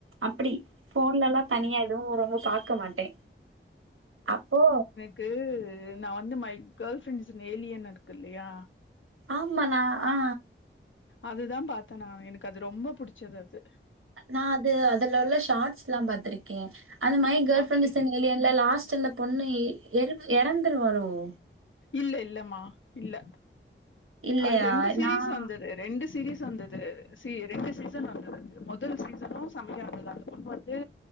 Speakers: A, on the right (about 85°); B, on the left (about 65°).
A: அப்டி போன்லல்லா தனியா எதுவு ரொம்ப பாக்க மாட்டே அப்போ
B: பேரூர் நா வந்து மை கேர்ள் ஃப்ரெண்ட்ஸ்னு ஏலியன் இருக்கு இல்லயா
A: ஆமானா ஆ
B: அதுதா பாத்தேன் நா எனக்கு அது ரொம்ப புடிச்சது அது
A: நா அது அதுல உள்ள ஷார்ட்ஸ் எல்லாம் பாத்திருக்கே அந்த மாரி கேர்ள்
B: அப்டி
A: ஃப்ரெண்ட்ஸ் வெளிய இல்ல லாஸ்ட்டு அந்த பொண்ணு எற எறந்துரு வாருங்க
B: இல்ல இல்லமா இல்ல
A: இல்லையா?
B: அது ரெண்டு சீரீஸ்ஸா
A: நான்
B: வந்தது ரெண்டு சீரீஸ் வந்தது சி ரெண்டு சீசன் வந்தது முதல் சீசனு சமையா இருந்தது அந்த பொண்ணு வந்து